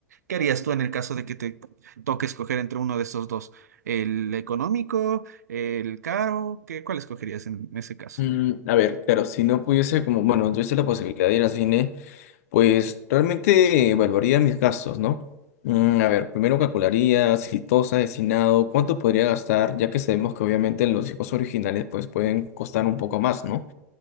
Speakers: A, on the right (about 80°); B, on the left (about 65°).
A: qué harías tú en el caso de que te toque escoger entre uno de esos dos? ¿El económico, el caro? ¿Qué, cuál escogerías en ese caso?
B: Mm, a ver, claro, si no pudiese, como, bueno, no tuviese la posibilidad de ir al cine, pues realmente evaluaría mis gastos, ¿no? Mm, a ver, primero calcularía si todo está destinado, cuánto podría gastar, ya que sabemos que obviamente los hijos originales pues pueden costar un poco más, ¿no?